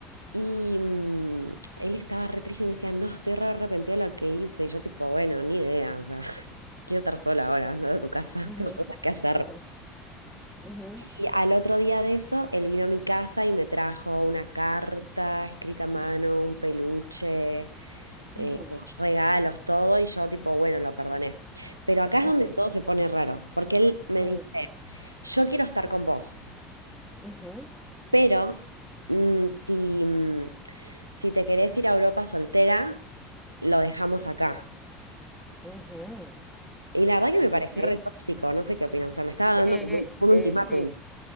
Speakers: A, on the right (about 80°); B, in the centre.
A: Y mm, él estaba re triste y me decía, no, estoy re arrepentido de lo que hice. Y yo tipo, bueno, ni idea, o sea, <laughs> quiero estar sola ahora, anda a tu casa,
B: ujú,
A: <laughs> tengo cosas que hacer.
B: ujú, ujú,
A: Y al otro día de eso, él vino a mi casa y me trajo una carta escrita a mano, un peluche, eh,
B: Mm,
A: regalos, todo. Y yo tipo, bueno, lo perdoné. Pero acá
B: ujú,
A: es donde todo se pone raro, porque él me
B: mm,
A: dice, yo quiero estar con vos.
B: ujú,
A: Pero mm, si, mm, si te querés ir a Europa soltera, lo dejamos acá.
B: ujú,
A: Y la verdad que me pareció
B: ok. Eh,
A: re tóxico, no sé qué opinas. O sea, me estaba
B: eh,
A: dando como un, un
B: eh,
A: ultimátum.
B: sí,